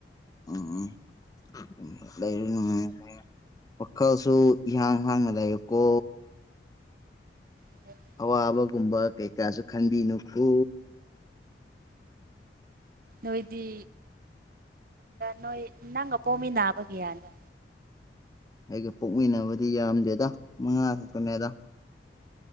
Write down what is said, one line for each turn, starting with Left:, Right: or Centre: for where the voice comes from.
Left: ꯎꯝ꯫ ꯎꯝ ꯂꯩꯌꯨ ꯅꯨꯡꯉꯥꯢꯅ ꯋꯥꯈꯜꯁꯨ ꯏꯍꯥꯡ ꯍꯥꯡꯅ ꯂꯩꯌꯨꯀꯣ꯫
Right: <unintelligible>
Left: ꯑꯋꯥꯕꯒꯨꯝꯕ ꯀꯩ ꯀꯥꯁꯨ ꯈꯟꯕꯤꯅꯨꯀꯣ꯫
Right: ꯅꯣꯏꯗꯤ ꯅꯣꯏ <inaudible> ꯅꯪꯒ ꯄꯣꯝꯃꯤꯟꯅꯕꯒꯤꯔꯥꯅꯦ꯫
Left: ꯑꯩꯒ ꯄꯣꯛꯃꯤꯟꯅꯕꯗꯤ ꯌꯥꯝꯗꯦꯗ ꯃꯉꯥ ꯈꯛꯇꯅꯦꯗ꯫